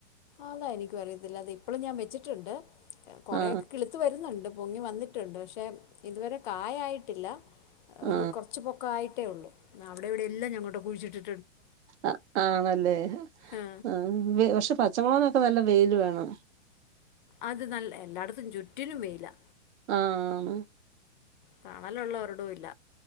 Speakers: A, on the left (about 40°); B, on the right (about 65°).
A: അതാ എനിക്കും അറിയത്തില്ലാത്തെ ഇപ്പളും ഞാൻ വെച്ചിട്ടുണ്ട്. കൊറെയൊക്കെ
B: ആ
A: കിളുത്ത് വരുന്നുണ്ട്. പൊങ്ങി വന്നിട്ടുണ്ട് പക്ഷെ ഇതുവരെ കായായിട്ടില്ല.
B: ആ
A: ഒരു കുറച്ചു പൊക്ക ആയിട്ടേ ഉള്ളൂ. ന്നവിടെവിടെ എല്ലാം ഞാൻ കൊണ്ടോയി കുഴിച്ചിട്ട്
B: ആഹ് ആണല്ലേ
A: ആ
B: അം പക്ഷെ പച്ചമുളകെ ക്ക നല്ല വെയില് വേണം.
A: അത് നല്ല എല്ലാടത്തും ചുറ്റിനും വെയിലാ.
B: ആന്ന്
A: തണലുള്ള ഒരിടവും ഇല്ല.